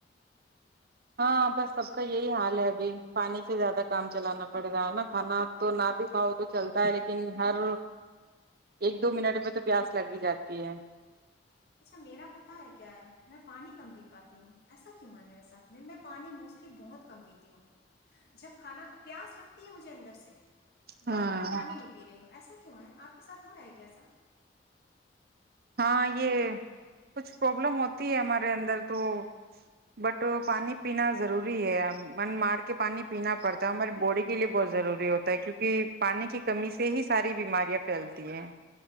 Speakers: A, on the right; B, on the left.
A: ہاں بس سب کا یہی حال ہے ابھی پانی سے زیادہ کام چلانا پڑ رہا ہے نا کھانا تو نہ بھی کھاؤ تو چلتا ہے لیکن ہر ایک دو منٹ میں تو پیاس لگ ہی جاتی ہے
B: اچھا میرا پتا ہے کیا ہے میں پانی کم پی پاتی ہوں ایسا کیوں ہے میرے ساتھ میں میں پانی موسٹلی بہت کم پیتی ہوں جب کھانا پیاس لگتی ہے مجھے سے
A: ہاں
B: بٹ میں پانی نہیں پی رہی ہوں ایسا کیا وں ہے آپ کے ساتھ ہو رہا ہے کیسا
A: ہاں یہ کچھ پرابلم ہوتی ہے ہمارے اندر تو بٹ پانی پینا ضروری ہے من مار کے پانی پینا پڑتا ہے ہماری باڈی کے لیے بہت ضروری ہوتا ہے کیونکہ پانی کی کمی سے ہی ساری بیماریاں پھیلتی ہیں